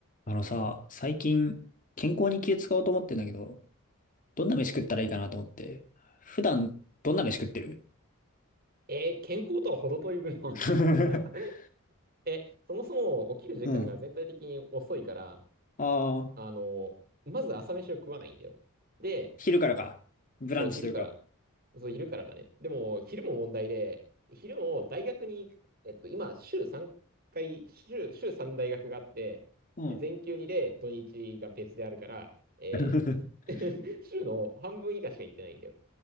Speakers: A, on the left (about 40°); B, on the right (about 45°).
A: あのさ、最近健康に気使おうと思ってんだけど、どんな飯食ったらいいかなと思って、普段どんな飯食ってる
B: えー健康とは程遠い分を食ってるな
A: <laughs>
B: <laughs> え、そもそも起きる時間が全体的に遅いから、
A: うん。ああ、
B: あの、まず朝飯を食わないんだよ。で、
A: 昼からか。ブランチというか。
B: そう、昼から。そう、昼からだね。でも、昼も問題で、昼も大学に行く、えっと、今、週3回、週、週3大学があって、
A: うん。
B: で、全休2で土日が別であるから、えー
A: <laughs>
B: <laughs> 週の半分以下しか行ってないんだよ。